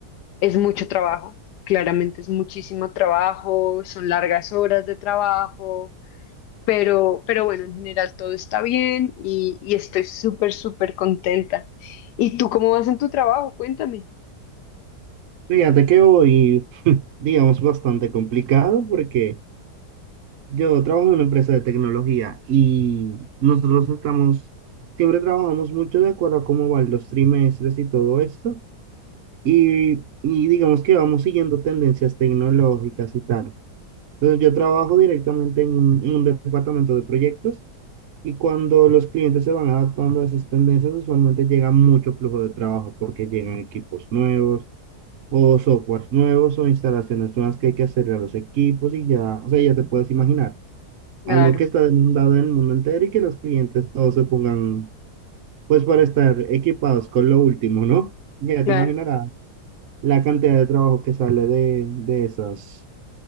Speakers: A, on the left; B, on the right.
A: Es mucho trabajo, claramente es muchísimo trabajo, son largas horas de trabajo, pero, pero bueno, en general todo está bien y, y estoy súper, súper contenta. ¿Y tú cómo vas en tu trabajo? Cuéntame.
B: Fíjate que voy, <laughs> digamos, bastante complicado porque yo trabajo en una empresa de tecnología y nosotros estamos, siempre trabajamos mucho de acuerdo a cómo van los trimestres y todo esto. Y, y digamos que vamos siguiendo tendencias tecnológicas y tal. Entonces yo trabajo directamente en un, en un departamento de proyectos y cuando los clientes se van adaptando a esas tendencias, usualmente llega mucho flujo de trabajo porque llegan equipos nuevos o softwares nuevos o instalaciones nuevas que hay que hacerle a los equipos y ya, o sea, ya te puedes imaginar,
A: Claro,
B: algo que está demandado en el mundo entero y que los clientes todos se pongan, pues para estar equipados con lo último, ¿no? Ya
A: claro,
B: te imaginarás la cantidad de trabajo que sale de, de esas,